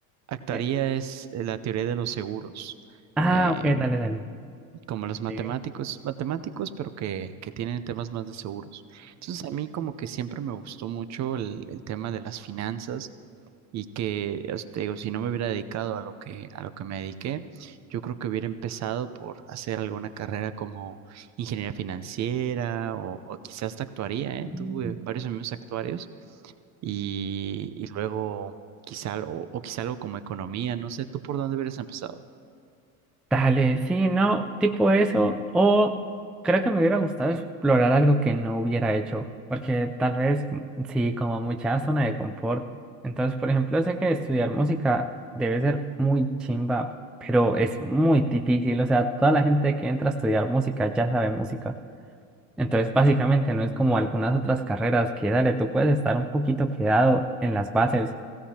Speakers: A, on the right; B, in the centre.
A: Actuaría
B: Eh,
A: es eh, la teoría de los seguros.
B: ah,
A: eh,
B: ok, dale, dale.
A: como los matemáticos,
B: Sigue.
A: matemáticos, pero que, que tienen temas más de seguros. Entonces, a mí como que siempre me gustó mucho el, el tema de las finanzas y que, o sea, te digo, si no me hubiera dedicado a lo que, a lo que me dediqué, yo creo que hubiera empezado por hacer alguna carrera como ingeniería financiera o, o quizás hasta actuaría,
B: Ujú.
A: ¿eh? Tuve varios amigos actuarios y, y luego quizá, o, o quizá algo como economía, no sé, ¿tú por dónde hubieras empezado?
B: Dale, sí, no, tipo eso. O creo que me hubiera gustado explorar algo que no hubiera hecho, porque tal vez mm, sí, como mucha zona de confort. Entonces, por ejemplo, sé que estudiar música debe ser muy chimba, pero es muy difícil. O sea, toda la gente que entra a estudiar música ya sabe música. Entonces, básicamente no es como algunas otras carreras que, dale, tú puedes estar un poquito quedado en las bases,